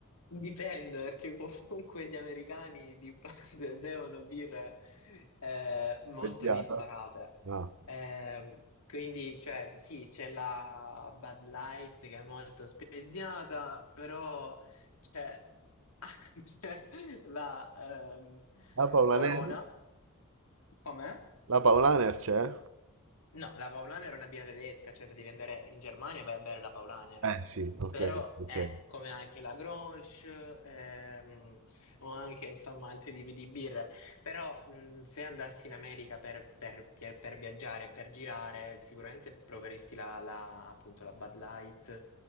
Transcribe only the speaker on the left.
dipende perché <laughs> comunque gli americani di base <laughs> bevono birre eh, molto
disparate.
Ehm, quindi, cioè, sì, c'è la Bud Light che è molto spegnata, però c'è anche <laughs> la ehm,
Corona, com'è?
No, la Paulaner è una birra tedesca, cioè se devi andare in Germania vai a bere la Paulaner,
però
è come anche la Grolsch ehm, o anche insomma altri tipi di birra, però mh, se andassi in America per, per, per, per viaggiare, per girare, sicuramente proveresti la, la- appunto la Bud Light